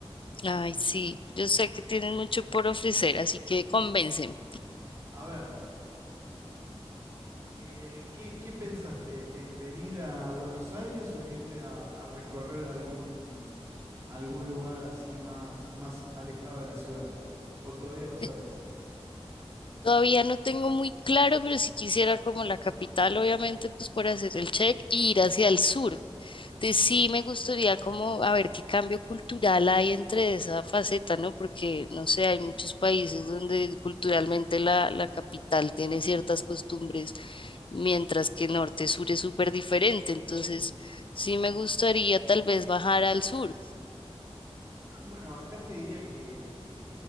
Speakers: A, on the left; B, on the right.
A: Ay, sí, yo sé que tienen mucho por ofrecer, así que convénceme.
B: A ver. Eh, ¿qué, qué pensaste? ¿En venir a Buenos Aires o en irte a, a recorrer algún, algún lugar así más, más alejado de la ciudad? ¿O todavía no sabes?
A: Eh, Todavía no tengo muy claro, pero si quisiera como la capital, obviamente, pues por hacer el check y ir hacia el sur. Entonces, sí me gustaría como a ver qué cambio cultural hay entre esa faceta, ¿no? Porque, no sé, hay muchos países donde culturalmente la, la capital tiene ciertas costumbres, mientras que norte-sur es súper diferente. Entonces, sí me gustaría tal vez bajar al sur,
B: Bueno, acá te diría que